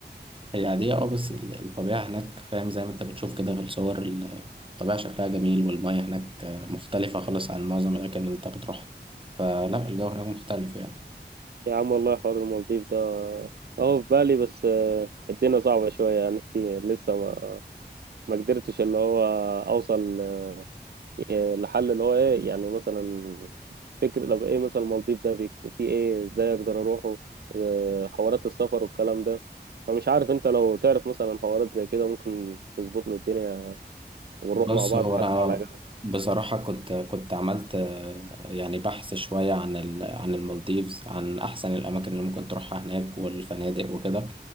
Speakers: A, on the right; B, on the right.
A: هي عادية اه بس ال- الطبيعة هناك فاهم زي ما أنت بتشوف كده في الصور ال- الطبيعة شكلها جميل والمية هناك آه، مختلفة خالص عن معظم الأماكن اللي أنت بتروحها فلا الجو هناك مختلف يعني
B: يا عم والله حوار المالديف ده اهو في بالي بس الدنيا صعبه شويه يعني <laughs> في لسه ما ما قدرتش اللي هو اوصل آه، لحل اللي هو ايه يعني مثلا فكر طب ايه مثلا المالديف ده بيكون فيه ايه ازاي اقدر اروحه آه، حوارات السفر والكلام ده فمش عارف انت لو تعرف مثلا حوارات زي كده ممكن تظبط لي الدنيا ونروح
A: بص
B: مع بعض
A: هو
B: حتى
A: انا
B: على جنب
A: بصراحه كنت كنت عملت آه، يعني بحث شويه عن ال- عن المالديفز عن احسن الاماكن اللي ممكن تروحها هناك والفنادق وكده